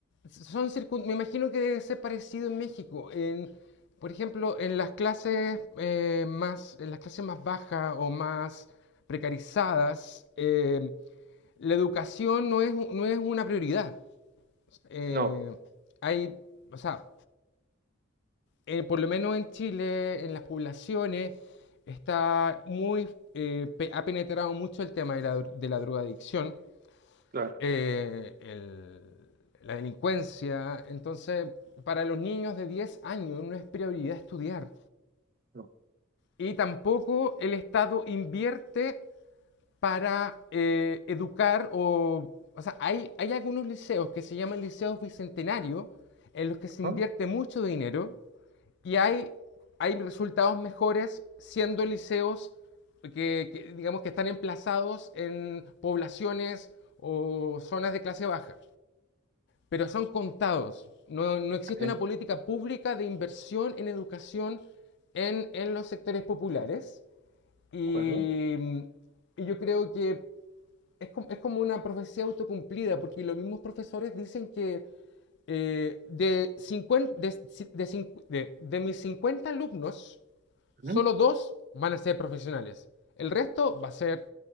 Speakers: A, on the left; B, on the right.
A: son circun... Me imagino que debe ser parecido en México. En, por ejemplo, en las clases eh, más, en las clases más bajas o más precarizadas, eh, la educación no es, no es una prioridad. Eh,
B: No,
A: hay, o sea, eh, por lo menos en Chile, en las poblaciones, está muy, eh, pe- ha penetrado mucho el tema de la, dro- de la drogadicción,
B: claro.
A: eh, el- la delincuencia. Entonces, para los niños de 10 años no es prioridad estudiar.
B: No.
A: Y tampoco el Estado invierte para eh, educar o... O sea, hay, hay algunos liceos que se llaman liceos bicentenarios en los que se invierte
B: Ah,
A: mucho dinero y hay, hay resultados mejores siendo liceos que, que, digamos, que están emplazados en poblaciones o zonas de clase baja, pero son contados. No, no existe
B: Ok, de
A: una política pública de inversión en educación en, en los sectores populares y,
B: acuerdo.
A: y yo creo que es como, es como, una profecía autocumplida, porque los mismos profesores dicen que eh, de, 50 de, de, de, de mis 50 alumnos,
B: Ujú.
A: solo dos van a ser profesionales. El resto va a ser